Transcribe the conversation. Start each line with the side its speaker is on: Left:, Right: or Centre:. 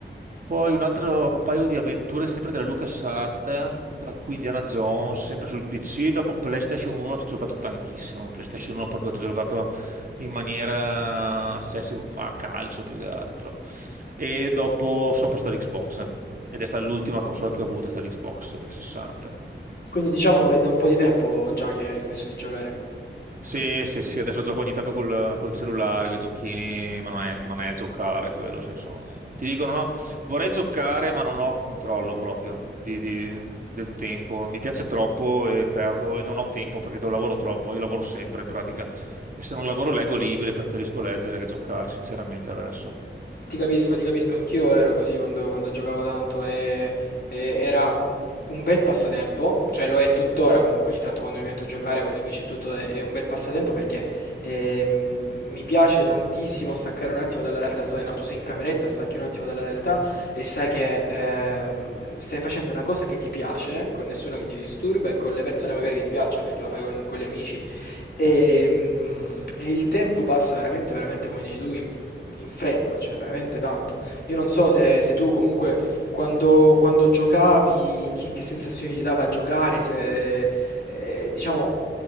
Right: Poi un altro paio di avventure sempre della LucasArts, tra cui Indiana Jones, sempre sul PC. Dopo PlayStation 1 ci ho giocato tantissimo. PlayStation 1 proprio ci ho giocato in maniera sensi- ma a calcio più che altro. E dopo sono passato all'Xbox. Ed è stata l'ultima console che ho avuto, è stata l'Xbox 360.
Left: Quindi diciamo è da un po' di tempo già che hai smesso di giocare.
Right: Sì, sì, sì, adesso gioco ogni tanto col, col cellulare, con i giochini, ma non è, non è giocare quello, sai, sono- Ti dicono, no, vorrei giocare, ma non ho controllo proprio di- di- del tempo. Mi piace troppo e perdo e non ho tempo perché devo- lavoro troppo, io lavoro sempre in pratica. E se non lavoro leggo libri, preferisco leggere che giocare, sinceramente, adesso.
Left: Ti capisco, ti capisco, anch'io ero così quando, quando giocavo tanto e, e era un bel passatempo, cioè lo è tuttora comunque ogni tanto quando mi metto a giocare con gli amici e tutto è, è un bel passatempo perché ehm, mi piace tantissimo staccare un attimo dalla realtà, sai, no, tu sei in cameretta, stacchi un attimo dalla realtà e sai che ehm, stai facendo una cosa che ti piace, con nessuno che ti disturba e con le persone magari che ti piacciono perché lo fai con con gli amici. E, mm, e il tempo passa veramente, veramente, come dici tu, in- in fretta, cioè veramente tanto. Io non so se, se tu comunque quando, quando giocavi che, che sensazioni ti dava a giocare, se eh, diciamo